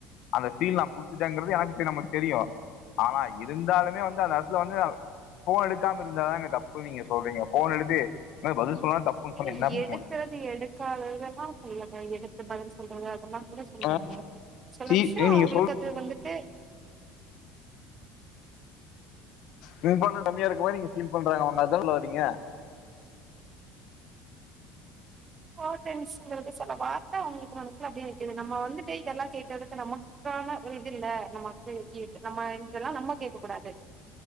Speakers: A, on the left; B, on the right.
A: அந்த ஃபீல் நா குடுத்துட்டேங்கிறது எனக்கு தெரிய நமக்கு தெரியு ஆனா இருந்தாலுமே வந்து அந்த இடத்துல வந்து ஃபோன் எடுக்காம இருந்தாங்க தப்பு நீங்க சொல்றீங்க ஃபோன் எடுத்து என்ன பதில் சொல்லாம தப்புன்னு சொன்னா
B: ஏ
A: என்ன பண்ண
B: எடுக்கறது
A: முடியு
B: எடுக்காதததா சொல்லுங்க எடுத்து பதில் சொல்றது அதெல்லா என்ன சொல்லாங்க
A: ஆ
B: சில
A: சி
B: விஷ்யோ
A: நீங்க
B: அவுங்களுக்கு
A: சொல்
B: அது வந்துட்டு
A: இங்க பண்ண கம்மியாருக்கமா நீங்க ஃபீல் பண்றாங்க அவுங்க அதா சொல்லவரீங்க
B: போட்டேன்ஸ் சொல்ற சில வார்த்த அவுங்களுக்கு மனசுல அப்பிடியே நிக்குது நம்ம வந்துட்டு இதெல்லா கேட்டதுக்கு நமக்கான ஒரு இது இல்ல நமக்கு இ நம்ம இதெல்லா நம கேக்க கூடாது